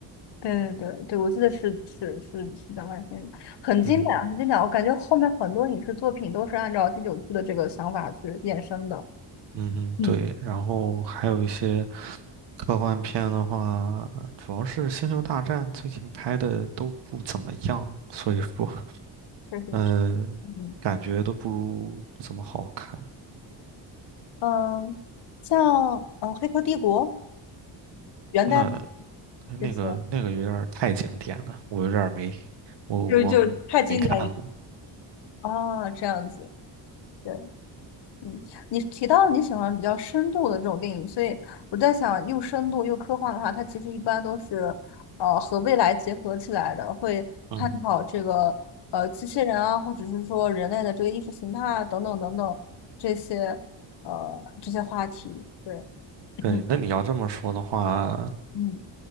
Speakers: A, on the left; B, on the right.
A: 对对对对，我记得是是是是讲外星人很经典，
B: 嗯哼，
A: 很经典。我感觉后面很多影视作品都是按照第九区的这个想法去衍生的。
B: 嗯哼，
A: 嗯，
B: 对。然后还有一些科幻片的话，主要是《星球大战》最近拍的都不怎么样，所以说，
A: 确实是
B: 呃，
A: 嗯。
B: 感觉都不如不怎么好看。
A: 嗯，像呃《黑客帝国》元代嘛
B: 那哎那个那个有点儿太经典了，
A: 这些
B: 我有点儿没，我我
A: 就就太经典了
B: 没看过。
A: 啊，这样子。对，嗯，你提到你喜欢比较深度的这种电影，所以我在想，又深度又科幻的话，它其实一般都是呃和未来结合起来的，会探讨这个呃机器人啊，
B: 嗯哼
A: 或者是说人类的这个意识形态啊，等等等等这些呃这些话题。对，<laughs>
B: 对，那你要这么说的话，
A: <clears throat> 嗯。